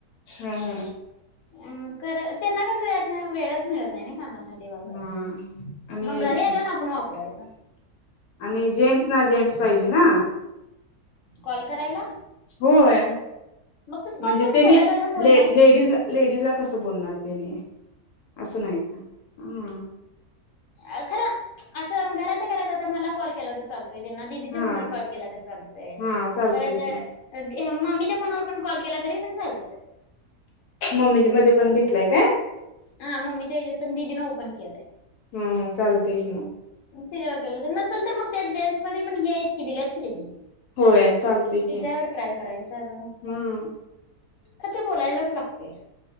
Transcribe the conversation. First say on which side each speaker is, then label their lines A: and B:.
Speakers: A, on the left; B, on the left.
A: हम् हम्
B: अ खर त्यांना कस यातन वेळतच मिळत नाही नई कामातन ते वापरायला
A: हा आणि
B: मग घरी आल्यावर ना आपण वापरायच.
A: आणि जेंट्स ना जेंट्स पाहिजे ना.
B: कॉल करायला?
A: होय
B: मग तसं
A: म्हणजे
B: कॉल करून
A: त्यानी
B: बोलायला लावल्यावर बोलणार की
A: लेडीज लेडीज ला कसं बोलणार त्यांनी, असं नाय हम्म.
B: अ खर असं घरातल्या घरात आता मला कॉल केला तर चाल तय त्यांना दिदीच्या
A: हा
B: फोनावर
A: हा
B: कॉल केला तर चालतय
A: हा चालतय
B: परत
A: की
B: मम्मीच्या फोनवर पण कॉल केला तरी पण चालतोय.
A: मम्मीच्या मध्ये पण घेतलाय काय?
B: हा मम्मीच्या याच्यात पण दीदीनं ओपन केलंय.
A: हम चालतंय की
B: तिच्यावर गेलं नसल तर मग त्यात जेंट्स मध्ये पण येईल. कि दिल्यात कि त्यांनी
A: होय चालतय
B: त्याच्यावर
A: की
B: ट्राय करायच जाऊ
A: हम्म
B: फोन तर ते बोलायलाच लागतंय.